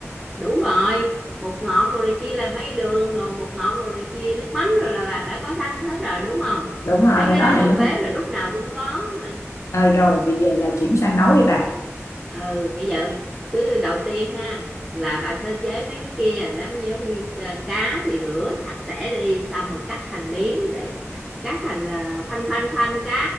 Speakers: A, in the centre; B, on the left.
A: đủ rồi bột ngọt đồ này kia là mấy cái đường rồi bột ngọt đồ này kia nước mắm rồi là bà đã có sẵn hết rồi đúng không
B: đúng rồi
A: mấy
B: cái
A: cái
B: đó
A: đó
B: thì
A: trong
B: lên
A: bếp là lúc nào cũng có mà
B: à, rồi vậy vậy là chuyển sang nấu đi bà
A: ừ bây giờ cứ đầu tiên ha là bà sơ chế mấy cái kia làm như giống như ờ, cá thì rửa sạch sẽ đi xong rồi cắt thành miếng để cắt thành ờ, khoanh khoanh khoanh cá